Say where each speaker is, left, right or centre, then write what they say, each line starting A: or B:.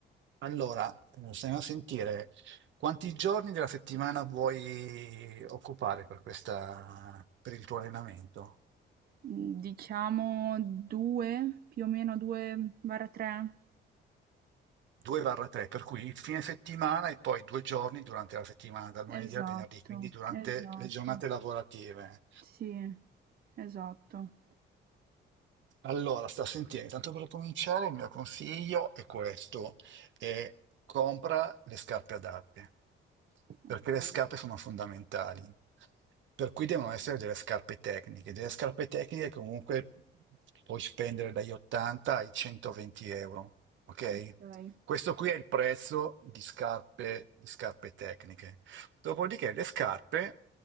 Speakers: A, on the right (about 70°); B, on the right (about 50°).
A: Allora, eh, stiamo a sentire quanti giorni della settimana vuoi occupare per questa, per il tuo allenamento?
B: Mm, Diciamo due, più o meno due, barra tre.
A: 2-3, per cui il fine settimana e poi due giorni durante la settimana, dal lunedì
B: Esatto,
A: al venerdì, quindi durante
B: esatto,
A: le giornate lavorative.
B: sì, esatto.
A: Allora, sta sentendo, intanto per cominciare il mio consiglio è questo, è compra le scarpe adatte,
B: Ok,
A: perché le scarpe sono fondamentali, per cui devono essere delle scarpe tecniche, delle scarpe tecniche che comunque puoi spendere dagli 80 ai 120 euro, ok?
B: ok,
A: Questo qui è il prezzo di scarpe, di scarpe tecniche. Dopodiché le scarpe